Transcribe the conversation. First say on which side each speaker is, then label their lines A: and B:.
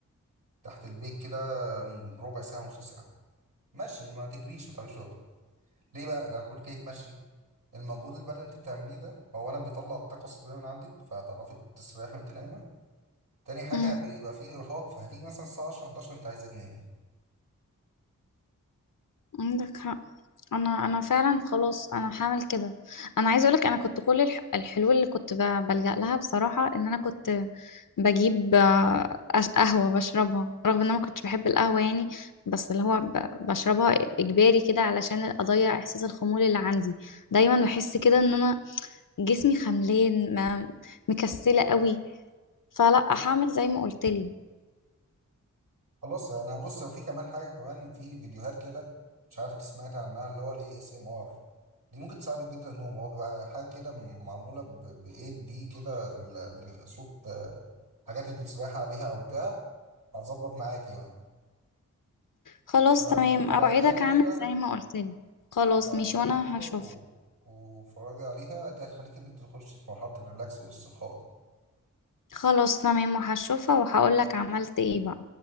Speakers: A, on the right (about 80°); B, on the left (about 75°).
A: تحت البيت كده ربع ساعة نص ساعة مشي ما تجريش ما تعمليش رياضة ليه بقى؟ لأن أنا بقول لك إيه تمشي المجهود البدني اللي أنت بتعمليه ده أولا بيطلع الطاقة السلبية من عندك فهتعرفي تستريحي وأنت نايمة تاني حاجة
B: امم
A: بيبقى فيه إرهاق فهتيجي مثلا الساعة 10 11 أنت عايزة تنامي
B: عندك حق انا انا فعلا خلاص انا هعمل كده انا عايزه اقولك انا كنت كل الح- الحلول اللي كنت ب- بلجأ لها بصراحه ان انا كنت بجيب آه، أش- قهوه بشربها رغم ان انا ما كنتش بحب القهوه يعني بس اللي هو ب- بشربها اجباري كده علشان اضيع احساس الخمول اللي عندي دايما بحس كده ان انا جسمي خملان ما- مكسله قوي فلا هعمل زي ما قلت لي
A: خلاص انا بص وفي كمان حاجه كمان في فيديوهات كده مش عارف انت سمعت عنها اللي هو الاي اس ام ار دي ممكن تساعدك جدا النوم هو بيبقى حاجه كده معموله بايد دي كده ال- ال- صوت آه، حاجات انت بتسبحي عليها او بتاع هتظبط معاك يعني
B: خلاص
A: هبعت
B: تمام
A: هبعتها
B: اوعدك
A: لك
B: اعمل
A: كده
B: زي ما قلت لي خلاص
A: هبعتها
B: ماشي وانا
A: لك كده
B: هشوف
A: و... وفرجي عليها دي هتخليك ان انت تخش في مرحله الريلاكس والاسترخاء كده.
B: خلاص تمام وهشوفها وهقولك عملت ايه بقى